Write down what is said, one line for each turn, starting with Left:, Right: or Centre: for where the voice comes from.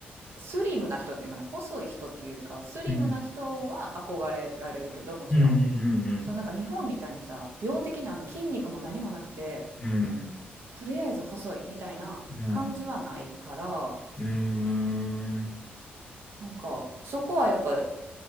Right: スリムな人っていうのかな、細い人っていうよりかは、スリムな人は憧れられるけど、
Left: うん、
Right: もちろん。
Left: うん、
Right: そうなんか日本みたいにさ病的なあの筋肉も何もなくて
Left: うん、うん、うん、
Right: とりあえず細いみたいな感じはないから
Left: うん。うん
Right: なんかそこはやっぱ